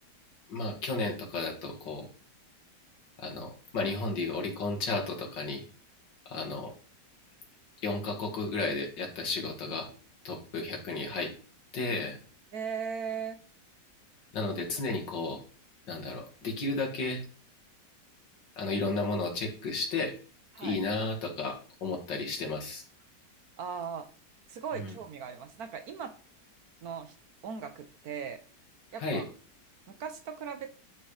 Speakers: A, on the left (about 85°); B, on the right (about 65°).
A: まあ、去年とかだと、こう、あの、まあ、日本でいうオリコンチャートとかに、あの、4カ国ぐらいでやった仕事がトップ100に入って
B: えー、
A: なので常にこうなんだろうできるだけあのいろんなものをチェックしていいなとか思ったりしてます。
B: はい。ああ、すごい興味があります。
A: うん、
B: なんか今の音楽って、やっぱ
A: はい
B: 昔と比べ、